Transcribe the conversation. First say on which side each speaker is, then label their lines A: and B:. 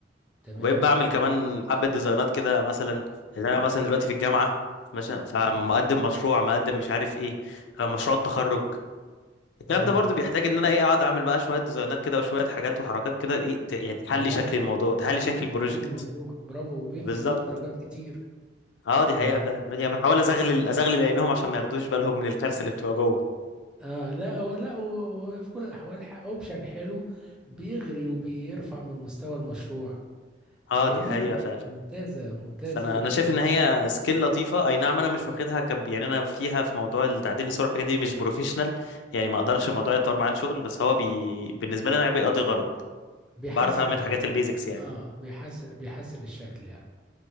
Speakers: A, in the centre; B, on the left.
A: تمام
B: وبقيت بعمل كمان
A: كويس
B: حبة ديزاينات كده مثلا ان انا مثلا دلوقتي في الجامعة مثلا فمقدم
A: مم.
B: مشروع مقدم مش عارف ايه آه، مشروع التخرج الكلام
A: مم.
B: ده برضو بيحتاج ان انا ايه اقعد اعمل بقى شوية ديزاينات كده وشوية حاجات وحركات كده ايه ت- يعني تحلي
A: تمام
B: شكل الموضوع تحلي
A: تحل
B: شكل
A: تحل
B: البروجكت
A: الموضوع برافو وبيفرق
B: بالظبط
A: في الدرجات كتير
B: اه دي
A: جميل
B: حقيقة فعلا يعني بحاول ازغلل ازغلل عينيهم عشان ما ياخدوش بالهم من الكارثة اللي بتبقى جوه
A: آه لا هو لا هو هو في كل الأحوال ح- أوبشن حلو بيغري وبيرفع من مستوى المشروع
B: اه
A: جميل
B: دي حقيقة
A: والله،
B: فعلا
A: ممتازة ممتازة
B: فانا
A: فكرة
B: انا شايف
A: التصوير
B: ان هي سكيل لطيفه اي نعم انا مش واخدها كب يعني انا فيها في موضوع التعديل الصور والحاجات دي مش بروفيشنال يعني ما اقدرش الموضوع يتطور معايا الشغل بس هو بي... بالنسبه لي انا بيقضي غرض
A: بيحسن
B: بعرف اعمل
A: ال
B: حاجات البيزكس يعني
A: آه بيحسن بيحسن الشكل يعني